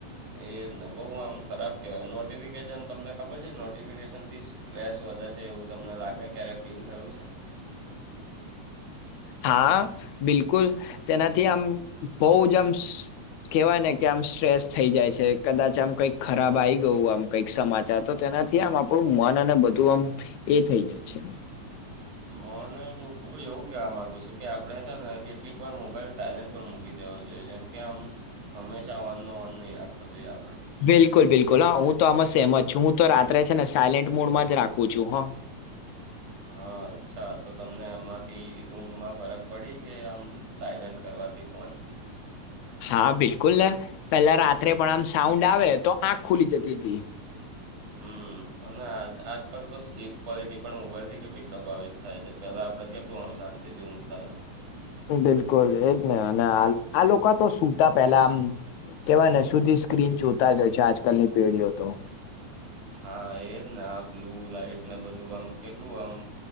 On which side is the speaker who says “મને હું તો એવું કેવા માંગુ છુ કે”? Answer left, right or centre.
Right